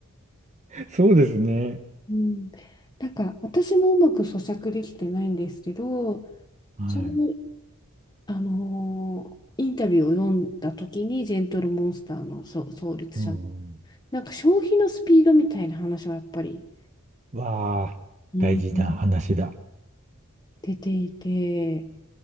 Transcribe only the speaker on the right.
<laughs> そうですね。
はい。
うん
うん。わあ、
大事な話だ。